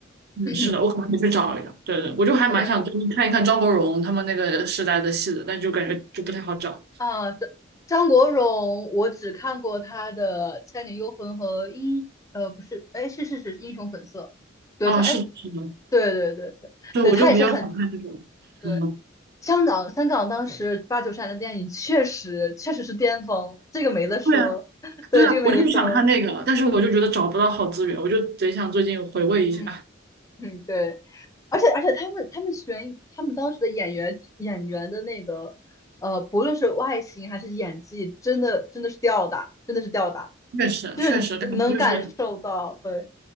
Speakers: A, on the right; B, on the left.
A: 嗯，
B: <coughs>
A: 是的，我可能得去找一找。对对，我就还蛮想最近看一看张国荣他们那个时代的戏的，
B: <clears throat> 对，
A: 但就感觉就不太好找。
B: 啊，这张国荣，我只看过他的《倩女幽魂》和英，呃，不是，哎，是是是，是英雄本色。对他，
A: 啊，
B: 哎，
A: 是的，是的，
B: 对对对对，
A: 对，
B: 对他也是很
A: 我就比较想看这种，
B: 对。
A: 嗯，
B: 香港，香港当时八九十年代的电影确实确实是巅峰，这个没得说，
A: 对啊，
B: <laughs> 对，
A: 对啊，
B: 这个没得说。
A: 我就是想看那个，但是我就觉得找不到好资源，我就贼想最近回味一下。
B: 嗯。嗯，对，而且而且他们他们选他们当时的演员演员的那个呃，不论是外形还是演技，真的真的是吊打，真的是吊打，
A: <laughs> 确实，
B: 就是能感受到，
A: 确实，感觉就是。
B: 对，